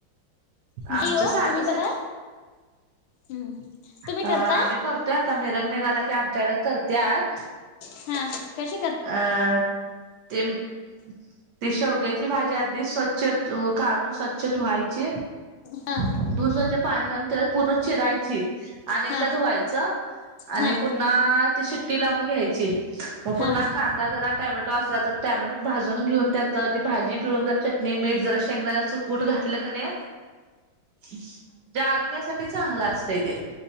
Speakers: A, on the left; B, on the right.
A: नाही
B: आमचं
A: हो
B: साधच
A: तुम्ही करा
B: आहे,
A: हम्म. तुम्ही
B: अ
A: करता
B: आम्ही करतोय आता मेरत निघाल की आमच्याकडे करत्यात.
A: हा कशी कर
B: अ ते! शेवग्याची भाजी, अधी स्वच्छ काढून स्वच्छ धुवायची.
A: हा!
B: धुवून स्वच्छ पाणी घालून. त्याला पूर्ण चिरायची, आणि एकदा
A: हा
B: धुवायचं, आणि
A: हा
B: पुन्हा ती शिट्टी लावून घ्यायची मग पुन्हा
A: हा
B: कांदा, जरा टॅमॅटो, असला तर टॅमॅटो भाजून घेऊन त भाजी पिळुन जर चटणी मीठ जर शेंगदाना च कूट घातलं का नाही. जे आरोग्या स ते चांगलं असतय ते.